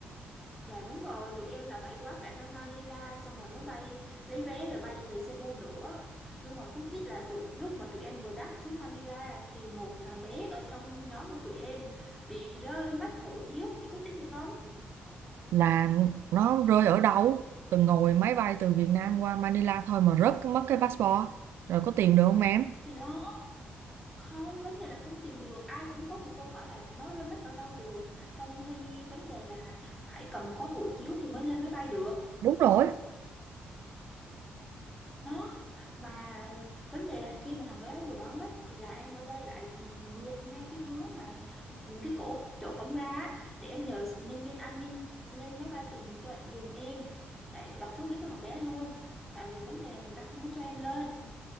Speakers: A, in the centre; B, on the right (about 75°).
A: dạ đúng rồi tụi em là phải quá cảnh ở Manila xong rồi mới bay lấy vé rồi bay về Cebu nữa nhưng mà cú tích là tụi lúc mà tụi em vừa đáp xuống Manila thì một thằng bé ở trong nhóm của tụi em bị rơi mất hộ chiếu chị có tin được không
B: là nó rơi ở đâu từng ngồi máy bay từ Việt Nam qua Manila thôi mà rớt mất cái passport rồi có tìm được không em
A: thì đó không vấn đề là không tìm được ai cũng có một câu hỏi là nó rơi mất ở đâu được trong khi vấn đề là phải cầm có hộ chiếu thì mới lên máy bay được
B: đúng rồi
A: nó mà vấn đề là khi mà thằng bé vừa báo mất thì là em đã quay lại ngược ngay cái hướng mà cái cổ chỗ cổng ra á, để em nhờ nhân viên an ninh lên máy bay tìm cho dùm em tại đọc số ghế của thằng bé luôn tại vì vấn đề là người ta không có cho em lên